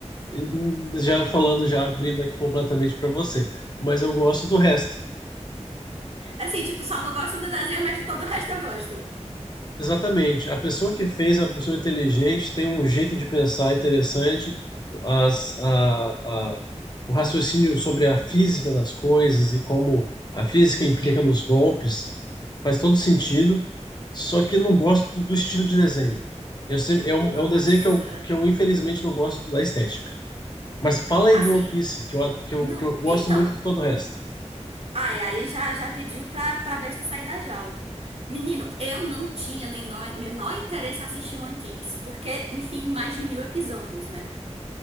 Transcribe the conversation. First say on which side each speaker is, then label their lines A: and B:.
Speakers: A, on the left; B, on the right.
A: E, hum, Já falando, já abrindo aqui completamente para você, mas eu gosto do resto.
B: Assim, tipo, só não gosto do desenho, mas de todo o resto eu gosto.
A: Exatamente. A pessoa que fez a pessoa inteligente tem um jeito de pensar interessante, as- a- a- o raciocínio sobre a física das coisas e como a física implica nos golpes faz todo sentido, só que não gosto do estilo de desenho. Eu sempre- é um,
B: Nossa!
A: é um desenho que eu, que eu infelizmente não gosto da estética. Mas fala aí
B: Assim,
A: de One Piece, que eu, ad- que eu,
B: não.
A: que eu gosto
B: Então.
A: muito de todo o resto.
B: Ai, aí já, já pediu pra, pra besta sair da jaula. Menino, eu não tinha nem no- menor interesse em assistir One Piece, porque, enfim, mais de mil episódios, né?